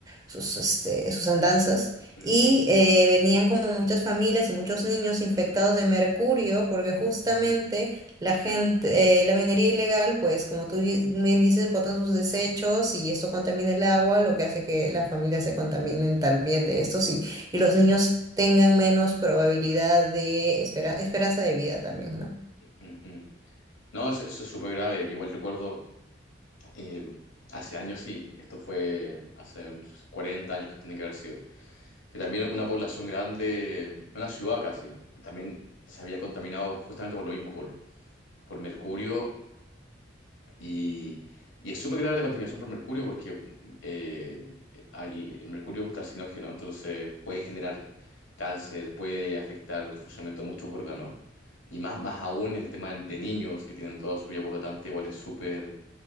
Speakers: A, on the right (about 20°); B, on the left (about 85°).
A: sus, este, sus andanzas.
B: Ujú,
A: Y eh, venían como muchas familias y muchos niños infectados de mercurio, porque justamente
B: ujú. Mm.
A: la
B: Sí.
A: gente, eh, la minería ilegal, pues como tú di- bien dices, botan sus desechos y esto contamina el agua, lo que hace que las familias se contaminen también de esto, sí, y los niños tengan menos probabilidad de espera- esperanza de vida también, ¿no?
B: Ujú. No, eso, eso es súper grave. Yo igual recuerdo, eh, hace años sí, esto fue hace unos 40 años que tiene que haber sido, que también una población grande, una ciudad casi, también se había contaminado justamente por lo mismo, por, por mercurio y, y es súper grave la contaminación por mercurio porque eh, al- el mercurio es un carcinógeno, entonces puede generar cáncer, puede afectar el funcionamiento de muchos órganos y más, más aún el tema de niños que tienen toda su vida por delante, igual es súper,